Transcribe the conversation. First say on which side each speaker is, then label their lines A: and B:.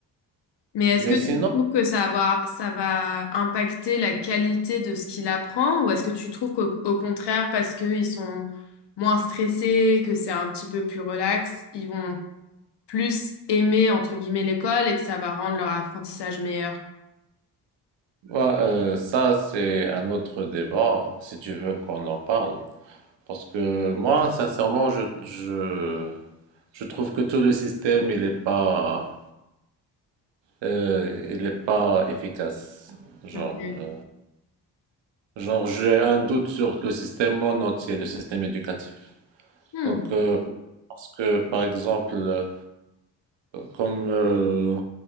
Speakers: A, on the left (about 60°); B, on the right (about 70°).
A: Mais est-ce
B: Mais
A: que tu
B: sinon,
A: trouves que ça va, ça va impacter la qualité de ce qu'il apprend ou est-ce que tu trouves qu'au au contraire, parce qu'ils sont moins stressés, que c'est un petit peu plus relax, ils vont plus aimer, entre guillemets, l'école et que ça va rendre leur apprentissage meilleur?
B: ouais, euh, ça, c'est un autre débat, si tu veux qu'on en parle. Parce que moi, sincèrement, je, je, je trouve que tout le système, il est pas, euh, il est pas efficace. Genre,
A: Ok.
B: euh, Genre, j'ai un doute sur le système en entier, le système éducatif.
A: Hmm,
B: Donc, euh, parce que, par exemple, euh, comme euh,